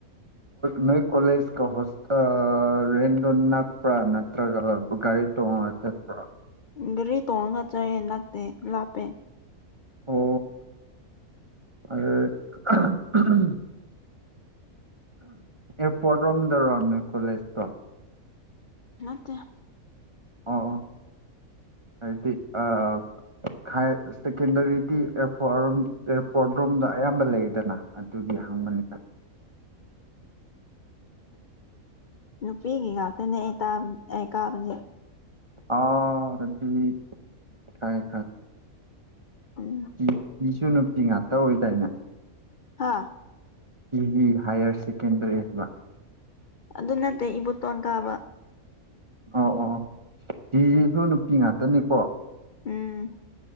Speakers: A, on the right; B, on the left.
A: ꯅꯣꯏ ꯀꯣꯂꯦꯖꯀ ꯍꯣꯁ ꯔꯦꯟꯗꯣ ꯅꯛꯄ꯭ꯔꯥ ꯅꯠꯇ꯭ꯔꯒ ꯒꯥꯔꯤ ꯇꯣꯡꯉ ꯆꯠꯕ꯭ꯔꯥ
B: ꯒꯥꯔꯤ ꯇꯣꯡꯉꯒ ꯆꯠꯂꯦ ꯅꯛꯇꯦ ꯂꯥꯞꯄꯦ
A: ꯑꯣ ꯑꯗ <inaudible> ꯑꯦꯄꯣꯔꯠꯔꯝꯗꯔꯣ ꯅꯣꯏ ꯀꯣꯂꯦꯖꯇꯣ
B: ꯅꯠꯇꯦ <unintelligible>
A: ꯑꯣ ꯑꯣ ꯍꯥꯏꯗꯤ ꯑ ꯈꯥꯏ ꯁꯦꯀꯦꯟꯗꯔꯤꯗꯤ ꯑꯦꯄꯣꯔꯠꯣꯝ ꯑꯦꯔꯄꯣꯔꯠ ꯔꯣꯝꯗ ꯑꯌꯥꯝꯕ ꯂꯩꯗꯅ ꯑꯗꯨꯒꯤ ꯍꯪꯕꯅꯤ
B: ꯅꯨꯄꯤꯒꯤ ꯉꯥꯛꯇꯅꯦ ꯑꯩꯅ ꯀꯕꯗꯤ
A: ꯑꯥ ꯑꯗꯨꯗꯤ ꯈꯥꯏꯌꯦ
B: ꯎꯝ
A: ꯇꯤꯖꯤꯁꯨ ꯅꯨꯄꯤ ꯉꯥꯛꯇ ꯑꯣꯏꯗꯥꯏꯅꯦ
B: ꯍꯥꯥ
A: ꯇꯤꯖꯤ ꯍꯥꯌꯌꯔ ꯁꯦꯀꯦꯟꯗꯔꯤ ꯍꯥꯏꯕ
B: ꯑꯗꯨ ꯅꯠꯇꯦ ꯏꯕꯨꯇꯣꯟ ꯀꯥꯕ
A: ꯑꯣ ꯑꯣ ꯑꯣ ꯇꯤꯁꯤꯁꯨ ꯅꯨꯄꯤ ꯉꯥꯛꯇꯅꯤꯀꯣ
B: ꯎꯝ